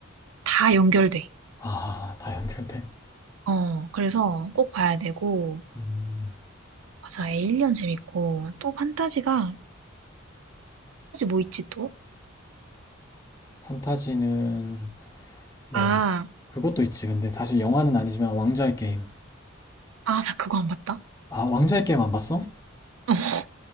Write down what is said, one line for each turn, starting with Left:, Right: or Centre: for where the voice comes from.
Right: 다 연결돼.
Left: 아, 다 연결돼.
Right: 어, 그래서 꼭 봐야 되고.
Left: 음,
Right: 맞아, 에일리언 재밌고. 또 판타지가, 판타지 뭐 있지 또?
Left: 판타지는 뭐
Right: 아,
Left: 그것도 있지. 근데 사실 영화는 아니지만 왕좌의 게임.
Right: 아, 나 그거 안 봤다.
Left: 아, 왕좌의 게임 안 봤어?
Right: <laughs>